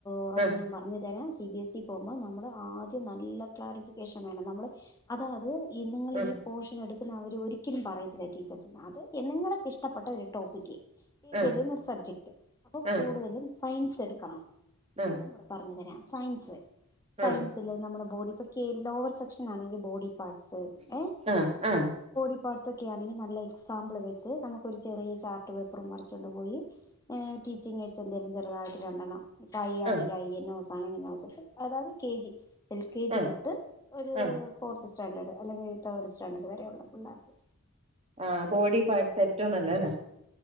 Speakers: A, on the left (about 15°); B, on the right (about 30°).
A: ഉറപ്പ്
B: ആ
A: ഞാൻ പറഞ്ഞു തരാം സി ബി എസ് സി പോകുമ്പോൾ നമ്മള് ആദ്യം നല്ല ക്ലാരിഫിക്കേഷൻ വേണം നമ്മള് അതാ അത് നിങ്ങൾ
B: ആ
A: ഈ പോഷ എടുക്കുന്ന അവർ ഒരിക്കലും പറയത്തില്ല ടീച്ചേഴ്ന്ന് അത് നിങ്ങൾക്ക് ഇഷ്ടപ്പെട്ട ഒരു ടോപ്പിക്ക് ഏതെലും
B: ആ
A: ഒരു സബ്ജക്ട് അപ്പൊ
B: ആ
A: കൂടുതലും സയൻസ് എടുക്കണം
B: ആ ആ
A: അതും കൂടെ പറഞ്ഞു തരാം സയൻസ് സയൻസിലത്
B: ആ
A: നമ്മുടെ ബോഡി ഇപ്പൊ ലോവർ സെക്ഷൻ ആണെങ്കിൽ ബോഡി പാർട്സ് ഏ
B: ആ ആ
A: പാട്സ് ഒക്കെ ആണെങ്കിൽ നല്ല എക്സാമ്പിൾ വെച്ച് നമുക്ക് ഒരു ചെറിയ ചാർട്ട് പേപ്പറും മുറിച്ചുകൊണ്ട്പോയി ഏ ടീച്ചിംങ് വെച്ച് എന്തെലും ചെറുതായിട്ട് രണ്ടണ്ണം ഇപ്പം അയ്യ് ആണെങ്കിൽ
B: ആ
A: അയ്യ് എന്നെ നൊസ് ആണെങ്കിൽ നൊസ് അതായത് K G, L K G
B: ആ
A: തൊട്ട് ഒരു
B: ആ
A: ഫോർത്ത് സ്റ്റാൻഡേർഡ് അല്ലെങ്കിൽ തേർഡ് സ് രണ്ട് വരെയുള്ള പിള്ളാർക്ക്
B: ആ ബോഡി പാർട്ട്സ് ഏറ്റവും നല്ലല്ല